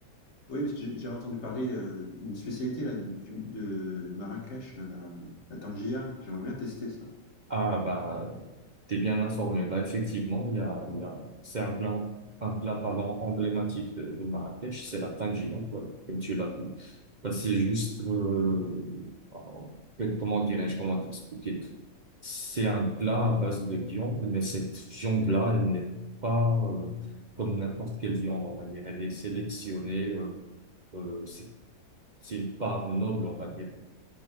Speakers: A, on the left (about 40°); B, on the right (about 65°).
A: Oui, parce que j'ai j'ai entendu parler euh, une spécialité là, du- de Marrakech, là, la, la tangia. J'aimerais bien tester ça.
B: Ah bah t'es bien informé. Bah effectivement, il y a, il y a- c'est un plat, un plat pardon, emblématique de, de Marrakech, c'est la tangia, voilà, comme tu l'as dit. Bah, c'est juste euh, alors, que- comment dirais-je, comment t'expliquer? C'est un plat à base de viande, mais cette viande-là, elle n'est pas euh, comme n'importe quelle viande, on va dire. Elle est sélectionnée, euh, euh, c'est c'est une part noble, on va dire